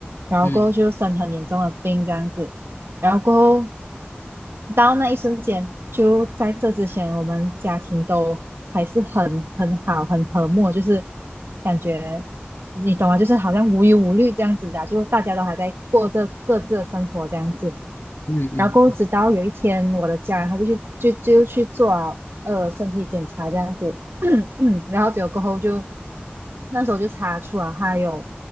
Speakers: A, on the right; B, on the left.
A: 然后过后就生很严重的病这样子，
B: 嗯
A: 然后过后到那一瞬间，就在这之前，我们家庭都还是很很好，很和睦，就是感觉你懂吗？就是好像无忧无虑这样子的啊就大家都还在过着各自的生活这样子。
B: 嗯嗯
A: 然后直到有一天，我的家人他就去就就去做了呃身体检查这样子，<clears throat> 然后结果过后就那时候就查出啊他有